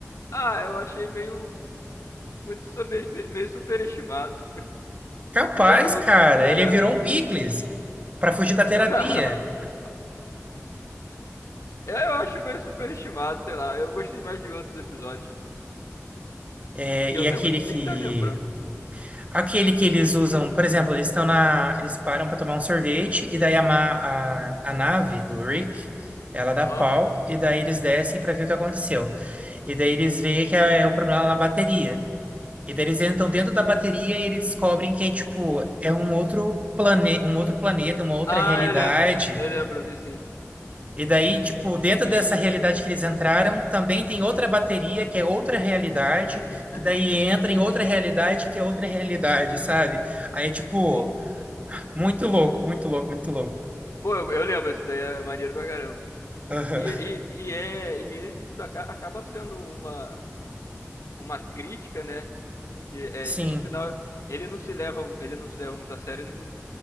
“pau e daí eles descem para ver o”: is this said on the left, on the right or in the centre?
Right